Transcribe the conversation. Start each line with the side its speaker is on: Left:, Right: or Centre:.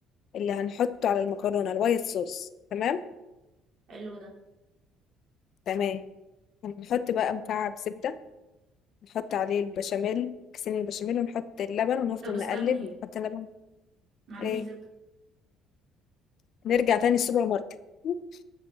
Left: اللي هنحطه على المكرونه الوايت صوص تمام
Right: حلو ده
Left: تمام هنحط بقى مكعب زبده نحط عليه البشاميل كيسين البشاميل ونحط اللبن ونفضل
Right: طب استني
Left: نقلب ونحط اللبن
Right: ما عنديش
Left: ايه
Right: زبدة
Left: نرجع تاني السوبر ماركت <laughs>